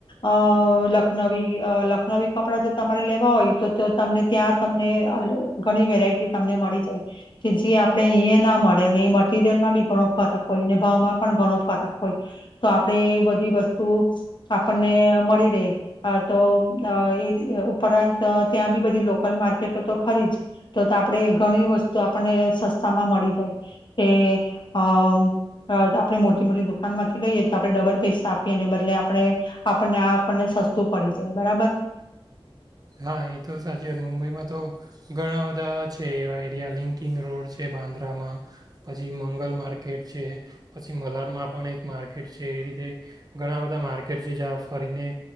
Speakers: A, on the left; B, on the right.
A: અ લખનવી અ લખનવી કપડા જો તમારે લેવા હોય તો-તો તમને ત્યાં તમને અલ ઘણી વેરાયટી તમને મળી જાય. કે જે આપળે અહીયા ના મળે અને એ મટીરિયલમાં બી ઘણો ફરક હોય ને ભાવમાં પણ ઘણો ફરક હોય. તો આપડે એ બધી વસ્ તો આપણને મળી રેય. અ તો અ એ રી ઉપરાંત ત્યાં બી બધી લોકલ માર્કેટો તો ખરી જ. તો તો આપણેે ઘણી વસ્તુ આપ પને સસ્તા માં મળી જાય. તે અમ અ આપણે મોટી-મોટી દુકાનમાં થી લઈએ તો આપણે ડબલ પૈસા આપી એને બદલે આપળે આપણને આપણને સસ્તું પળી જાય. બરાબર.
B: હા એ તો સાચી વાત મુંબઈમાં તો ઘણા બધા છે એવા એરિયા લિંકિંગ રોડ છે બાંદ્રામાં, પછી મંગલ માર્કેટ છે, પછી મલાડમાં પણ એક માર્કેટ છે. એ રીતે ઘણા બધા માર્કેટ છે જ્યાં ફરીને